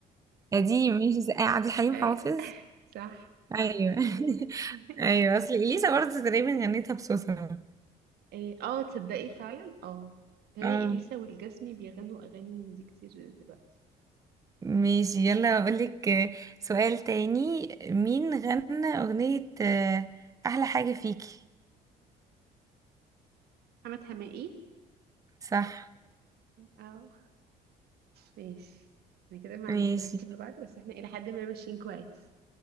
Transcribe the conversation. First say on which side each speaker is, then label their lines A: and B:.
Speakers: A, on the right (about 20°); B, on the right (about 70°).
A: دي ماشي ز- آه، عبد
B: <laughs>
A: الحليم
B: أي
A: حافظ
B: صح
A: ايوه
B: صح شطورة
A: <laughs>
B: <laughs>
A: ايوه اصل اليسا برضه تقريبا غنيتها بصوصها
B: إيه، اه تصدقي فعلا اه تهيألي
A: اه
B: إليسا والجسمي بيغنوا أغاني من دي كتير دلوقتي
A: ماشي يلا اقولك آه، سؤال تاني مين غنى اغنية آه، احلى حاجة فيكي
B: محمد حماقي
A: صح
B: اه ماشي احنا كده ما
A: ماشي
B: مش بنحسب لبعض بس احنا إلى حد ما ماشيين كويس